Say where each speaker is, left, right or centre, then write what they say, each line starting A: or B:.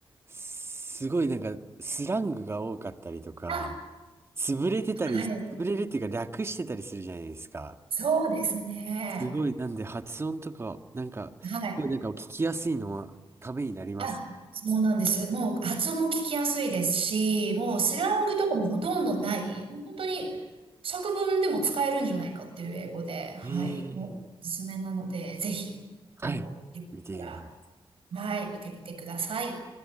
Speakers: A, on the right (about 25°); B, on the right (about 75°).
A: すごいなんか、スラングが多かったりとか、
B: あ、
A: 潰れてたり、
B: はい。
A: 潰れるっていうか略してたりするじゃないですか。
B: そうですね。
A: すごい、なんで発音とか、なんか、
B: はい。
A: すごいなんか聞きやすいのはためになります。
B: あ、そうなんです。もう発音も聞きやすいですし、もうスラングとかもほとんどない、もう本当に作文でも使えるんじゃないかっていう英語で、はい、
A: ええ
B: もうおすすめなので、ぜひ、
A: はい。
B: あの、よかったら、
A: 見てみます。
B: はい、見てみてください。